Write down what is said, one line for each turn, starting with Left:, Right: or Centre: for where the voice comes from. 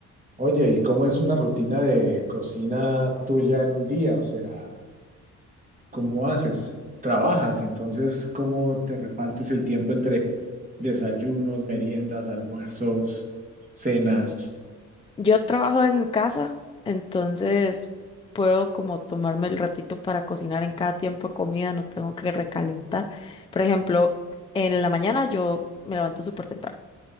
Right: Oye, ¿y cómo es una rutina de cocina tuya en un día? O sea, ¿cómo haces? ¿Trabajas? Y entonces, ¿cómo te repartes el tiempo entre desayunos, meriendas, almuerzos, cenas?
Left: Yo trabajo en casa, entonces puedo como tomarme el ratito para cocinar en cada tiempo de comida, no tengo que recalentar. Por ejemplo, en la mañana yo me levanto súper temprano.